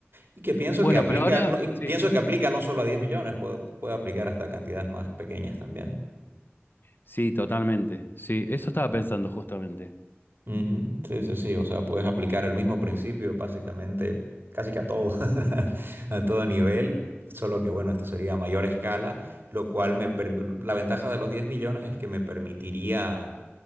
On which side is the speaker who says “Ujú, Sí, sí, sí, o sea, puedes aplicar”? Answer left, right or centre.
Right